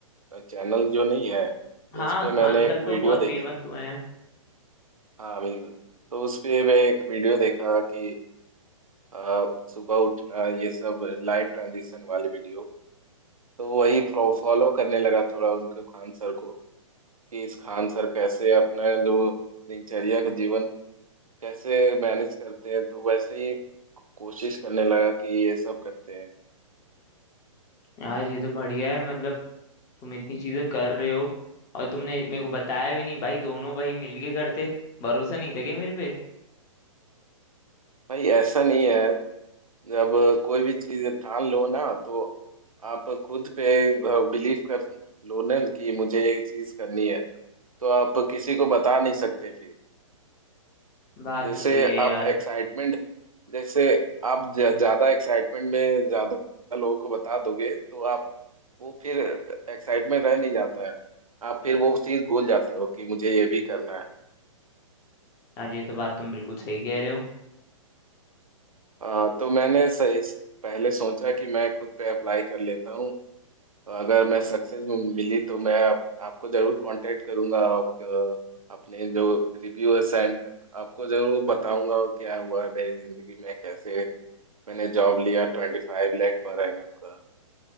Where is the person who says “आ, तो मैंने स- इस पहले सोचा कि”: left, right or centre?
Right